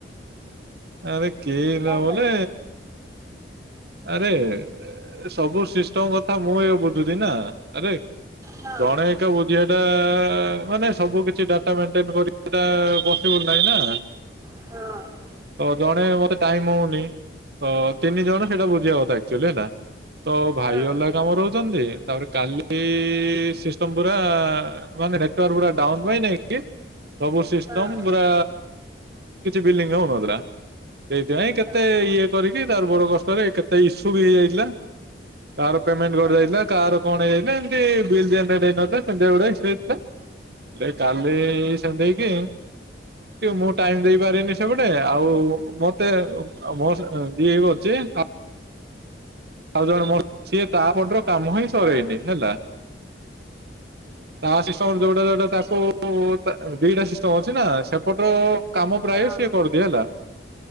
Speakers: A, on the right (about 60°); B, on the right (about 15°).
A: ଆରେ କି
B: କଣ
A: ଲା ବୋଲେ
B: ପାଇଁ?
A: ଆରେ ଏ ସବୁ ସିଷ୍ଟମ କଥା ମୁଁ ଏ ବୁଝୁଛିି ନା ଆରେ।
B: ହଁ
A: ଜଣେ ଏକା ବୁଝିଆଟା ମାନେ ସବୁ କିଛି ଡା ଟା ମେଣ୍ଟେନ୍ କରିବାଟା ପଶିବୁଲ୍‌ ନାହିଁ ନା।
B: ହଁ।
A: ତ ଜଣେ ମତେ ଟାଇମ ହଉନି ତ ତିନି ଜଣ ସେଇଟା ବୁଝିବା କଥା ଆକ୍ଚୁଆଲି ହେଲା। ତ ଭାଇ
B: ହଁ
A: ଅଲଗା କାମରେ ରହୁଛନ୍ତି ତାପରେ କାଲି ସିଷ୍ଟମ ପୁରା ମାନେ ନେଟୱର୍କ ପୁରା ଡାଉନ ପାଇଁ ନାଇଁ କି ସବୁ ସିଷ୍ଟମ
B: ହଁ ହଁ
A: ପୁରା କିଛି ବିଲିଙ୍ଗ ଆଉ ହଉନଥିଲା। ସେଇଥିପାଇଁ କେତେ
B: ହଁ ହଁ
A: ଇଏ କରିକି ତାର ବଡ କଷ୍ଟରେ କେତେ ଇସୁ ବି ହେଇଯାଇଥିଲା। କାର ପେମେଣ୍ଟ
B: ହଁ
A: ଗଡିଯାଇଥିଲା
B: ହଁ
A: କାର କଣ ହେଇଯାଇଥିଲା ଏମତି ବିଲ୍ ପେମେଣ୍ଟ ହେଇନଥିଲା ସେମ୍ ତିଆ ଗୁଡାଏ ସ୍ପ୍ରେ ଲା। ଲେ କାଲି ସେମ୍ ତି ହେଇକି କି ମୁଁ ଟାଇମ ଦେଇ ପାରିବିନି ସେପଟେ ଆଉ ମତେ ଅ ମୋ ସ ଅ ଯିଏ ବି ଅଛି ଆ ଆଉ ଜଣେ ମୋ ସିଏ ତାପଟର କାମ ହିଁ ସରେଇନି
B: ହଁ
A: ହେଲା। ତା ସିଷ୍ଟମରେ ଯୋଉଟା ଯୋଉଟା
B: ଆଚ୍ଛା
A: ତାକୁ ତା ଦିଟା ସିଷ୍ଟମ ଅଛି ନା ସେପଟ କାମ ପ୍ରାୟ
B: ହଁ
A: ସିଏ କରିଦିଏ ହେଲା